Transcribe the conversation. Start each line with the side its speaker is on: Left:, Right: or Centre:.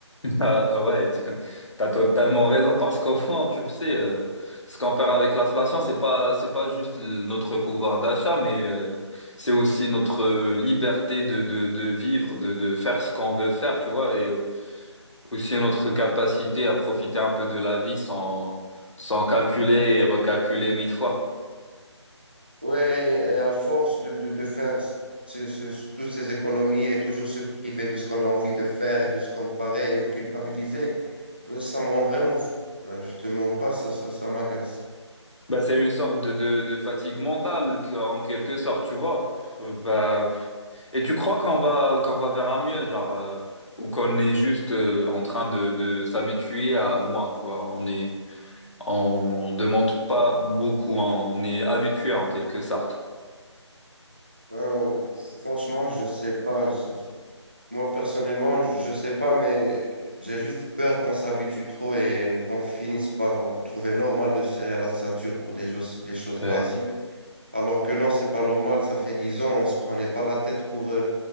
Left: Bah, euh, ouais, <laughs> t'as t'as totalement raison parce qu'au fond, tu sais, euh, ce qu'on perd avec l'inflation, c'est pas, c'est pas juste l- notre pouvoir d'achat, mais euh, c'est aussi notre euh, liberté de, de, de vivre, de, de faire ce qu'on veut faire, tu vois, et euh, aussi notre capacité à profiter un peu de la vie sans, sans calculer et recalculer mille fois.
Right: Ouais, et à force de, de, de faire ce- ce- ce- toutes ces économies et toujours se priver de ce qu'on a envie de faire et de se comparer et de culpabiliser, ben, ça me rend vraiment fou. Ben, Je te mens pas, ça, ça, ça m'agace.
Left: Bah, c'est une sorte de, de, de fatigue mentale que- en quelque sorte, tu vois. Euh, Bah, Et tu crois qu'on va qu'on va vers un mieux, genre, euh, ou qu'on est juste euh, en train de, de s'habituer à moins, tu vois, on est on demande pas beaucoup, hein, on est habitué en quelque sorte.
Right: Euh, franchement, je sais pas. C'est- Moi, personnellement, je sais pas, mais j'ai juste peur qu'on s'habitue trop et qu'on finisse par trouver normal de serrer la ceinture pour des choses, des choses
Left: Ouais.
Right: basiques. Alors que non, c'est pas normal. Ça fait dix ans, on se prenait pas la tête pour, euh,